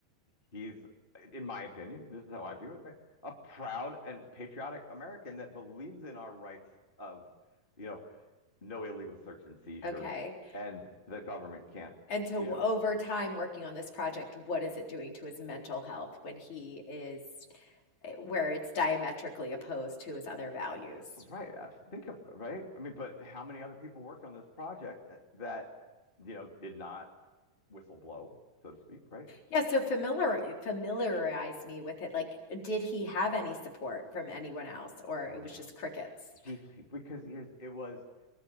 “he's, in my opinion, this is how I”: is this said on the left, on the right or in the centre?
Left